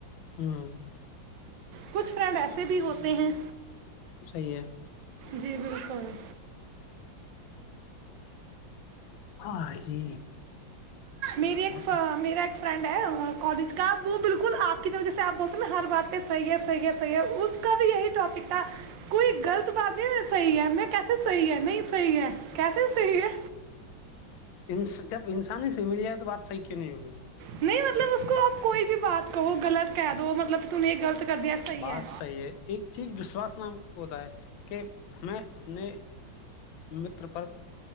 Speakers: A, on the left; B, on the right.
A: ہوں
B: کچھ فرینڈ ایسے بھی ہوتے ہیں
A: صحیح ہے
B: جی بالکل
A: ہاں جی
B: میری ایک
A: اور
B: میرا ایک فرینڈ ہے اور کالج کا وہ بالکل آ جیسے آپ بولتے ہیں نا ہر بات پہ صحی ہے صحی ہے صح ہے اس کا بھی یہی ٹاپک کوئی غلط بات نہیں صحی ہے میں کیسے صحیح ہے نہیں صحیح ہے کیسے صحیح ہے
A: ان جب انسانی سے مل جائے تو بات صحیح کیوں نہیں ہوگی
B: نہیں مطلب اس کو آپ کوئی بھی بات کہو گغلط کہہ دو مطلب ت نہیں یہ غلط کر دیا صحیح
A: بات
B: ہے
A: صحیح ہے ایک چیز وشواس نام ہوتا ہے کہ ہمیں اپنے میٹر پر